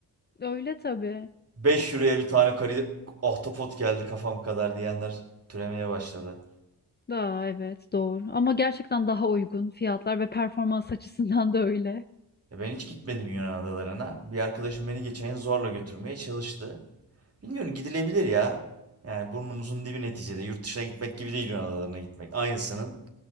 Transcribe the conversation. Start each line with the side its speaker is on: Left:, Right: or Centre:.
Left: Öyle tabii.
Right: 5 euroya bir tane kari ahtapot geldi kafam kadar diyenler türemeye başladı.
Left: Daha evet doğru ama gerçekten daha uygun fiyatlar ve performans açısından da öyle.
Right: ben hiç gitmedim Yunan adalarına. Bir arkadaşım beni geçen yıl zorla götürmeye çalıştı. Bilmiyorum gidilebilir ya. Yani burnumuzun dibi neticede. Yurt dışına gitmek gibi değil Yunan adalarına gitmek. Aynısının